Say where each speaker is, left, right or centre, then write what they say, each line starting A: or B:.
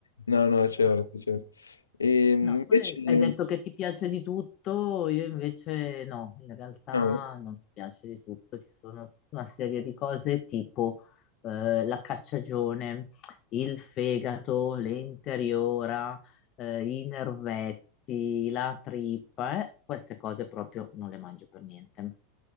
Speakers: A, on the left; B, on the left.
A: No, no, certo,
B: Però sì.
A: certo. E invece...
B: No, tu hai, hai detto che ti piace di tutto, io invece no, in realtà
A: no.
B: non mi piace di tutto, ci sono tutta una serie di cose tipo eh, la cacciagione, il fegato, l'interiora, eh, i nervetti, la trippa, eh, queste cose proprio non le mangio per niente.